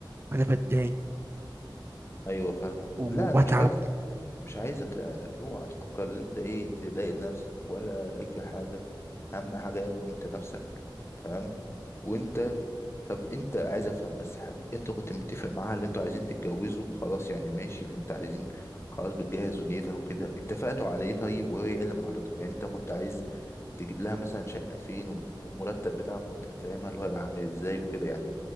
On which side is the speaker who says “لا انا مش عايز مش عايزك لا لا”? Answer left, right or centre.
Left